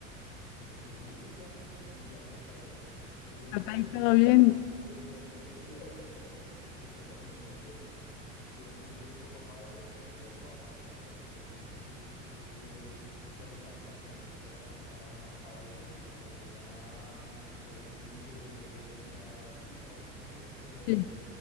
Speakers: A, on the left; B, on the left.
A: Entonces música y, y a echar carreta. Y yo le dije,
B: Hasta
A: bueno,
B: ahí
A: ¿y
B: todo
A: esta camioneta
B: bien.
A: qué? ¿O qué? Sí, ya está ahí todo bien. ¿Y esta camioneta qué? Y él dice, el papá de él siempre había trabajado para Toyota, entonces él le, le arreglaba camionetas a otra, a, a, a varias gente, como que le ponían eh, winches, defensas, sí, todas estas cosas como de,
B: Sí,